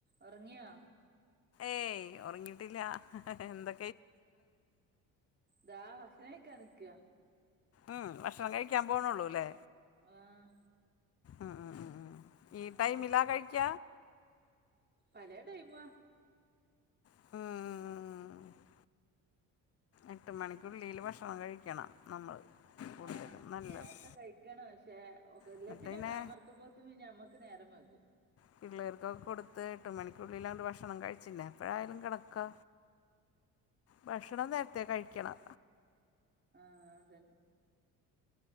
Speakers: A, on the right (about 25°); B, on the left (about 35°).
A: ഒറങ്ങിയോ
B: ഏയ് ഒറങ്ങിട്ടില്ല എന്തൊ
A: താ ഭക്ഷണം കഴിക്കാ നിക്കാ
B: ഉം ഭക്ഷണം കഴിക്കാ പോണുള്ളൂ ല്ലേ
A: ആഹ്
B: ആ ആ ആ ആ ഈ
A: നമ്മള്
B: ടൈമില കഴിക്ക
A: പലെ ടൈമുാ
B: ഉം ഉം എട്ട് മണിക്കുള്ളീല് ഭക്ഷണം കഴിക്കണം നമ്മൾ കൂടുതലും
A: ആഹ്
B: നല്ലത്
A: നേരത്തെ കഴിക്കണം പക്ഷെ ഒക്കെ എല്ലത്തിനേം
B: എന്നിട്ട് പിന്നെ
A: ഒക്കെ അമർത്തുമ്പോ ത്തുമ്പോ നമുക്ക് നേരം വൈകും
B: പിള്ളേർക്കൊക്കെ കൊടുത്ത് എട്ട് മണിക്കുള്ളില് ആണ്ട് ഭക്ഷണം കഴിച്ച് പിന്നെ എപ്പോഴായാലും കെടക്കാ ഭക്ഷണം നേരത്തെ കഴിക്കണം
A: ആഹ അതന്നെ